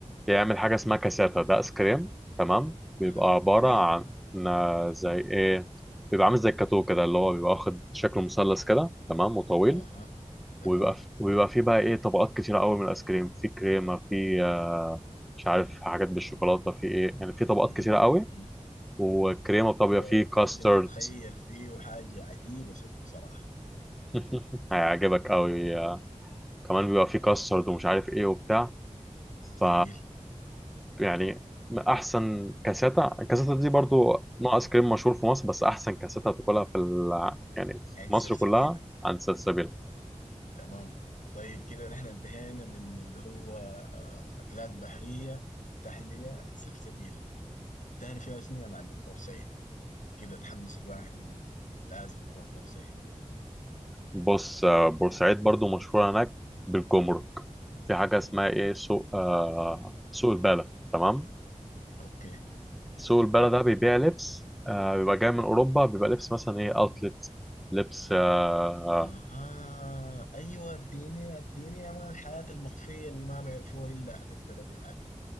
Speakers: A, in the centre; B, on the left (about 85°).
A: بيعمل حاجة اسمها كاساتا ده ايس كريم تمام بيبقى
B: اها
A: عبارة
B: جميل
A: عن آه، زي ايه بيبقى عامل زي الكاتو كده اللي هو بيبقى واخد شكل مثلث كده تمام وطويل
B: اها تمام
A: وبيبقى في... وبيبقى فيه بقى ايه طبقات كتيرة قوي من الايس كريم في كريمة في آه، مش عارف حاجات بالشوكولاتة في ايه يعني في طبقات
B: مم.
A: كتيرة قوي والكريمة
B: موضوع
A: بتاع بيبقى فيه
B: يا
A: كاسترد
B: معلم بتخيل فيه حاجة عجيبة شكله صراحة
A: <laughs> هيعجبك قوي آه، كمان بيبقى فيه كاسترد ومش عارف ايه وبتاع ف
B: جميل
A: يعني احسن كاساتا الكاساتا دي برضو نوع ايس كريم مشهور في مصر بس احسن كاساتا هتاكلها في ال... يعني في
B: عين سلسبيلة
A: مصر كلها عند سلسبيل
B: تمام طيب كده نحن انتهينا من اللي هو آه، أكلات بحرية وتحلية عن سلسبيلة تاني فيها شنو يا معلم بورسعيد كده تحمس الواحد إنه لازم نروح بورسعيد
A: بص آه، بورسعيد برضو مشهورة هناك بالجمرك في حاجة اسمها ايه سوق آه... سوق البالة تمام
B: أوكي
A: سوق البالة ده بيبيع لبس آه... بيبقى جاي من اوروبا بيبقى لبس مثلا ايه اوتلت لبس آه...
B: أها أيوة اديني اديني يا مان الحياة المخفية اللي ما بيعرفوها إلا أهل البلد يا معلم